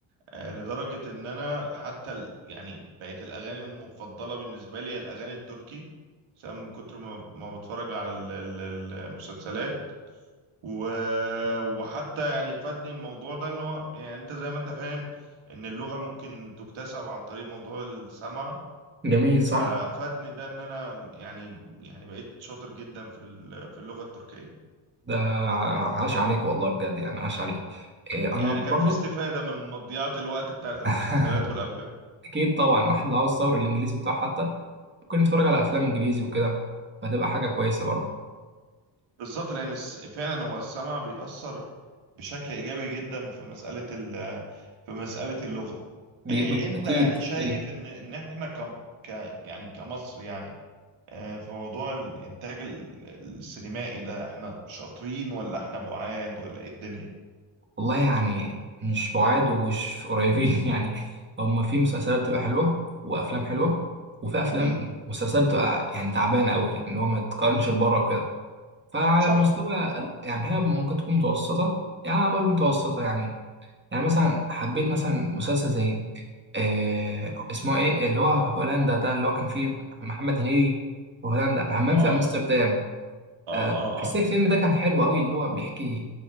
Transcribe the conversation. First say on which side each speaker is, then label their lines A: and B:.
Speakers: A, on the right (about 85°); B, on the right (about 25°).
A: آه لدرجة ان انا حتى ال- يعني بقت الاغاني المفضلة بالنسبة لي هي الاغاني التركي سواء من كتر ما ما بتفرج على ال- ال- المسلسلات و... وحتى يعني فادني الموضوع ده ان هو يعني انت زي ما انت فاهم ان اللغة ممكن تكتسب عن طريق موضوع السمع
B: جميل
A: ففادني
B: صح
A: ده ان انا يعني يعني بقيت شاطر جدا في ال- في اللغة التركية
B: ده عاش عليك والله بجد يعني عاش عليك آه
A: يعني
B: انا
A: كان
B: برضو
A: في استفادة من مضيعة الوقت بتاعت المسلسلات
B: <laughs>
A: والافلام
B: اكيد طبعا واحد لو عاوز يطور الانجليزي بتاعه حتى ممكن نتفرج على افلام انجليزي وكده فهتبقى حاجه كويسه برضه
A: بالظبط لان الس- فعلا هو السمع بيأثر بشكل ايجابي جدا في مسألة ال في مسألة اللغة
B: بي-
A: آه،
B: بي-
A: انت
B: اكيد
A: يعني شايف
B: اكيد
A: ان ان احنا كم ك يعني كمصر يعني آه، في موضوع الانتاج ال- السينمائي ده احنا شاطرين ولا احنا بعاد ولا ايه الدنيا
B: والله يعني مش بعاد ومش قريبين <laughs> يعني هما في مسلسلات بتبقى حلوه وافلام حلوه وفي افلام
A: امم
B: مسلسلات بتبقى يعني تعبانه قوي يعني اللي هو ما تقارنش ببره وكده فعلى
A: صح
B: المستوى ال- يعني هي ممكن تكون متوسطه يعني اقول متوسطه يعني يعني مثلا حبيت مثلا مسلسل زي آه اسمه ايه اللي هو هولندا ده اللي هو كان فيه محمد هنيدي وهولندا همام
A: اه
B: في امستردام
A: اه اه اه
B: حسيت الفيلم ده كان حلو قوي اللي هو بيحكي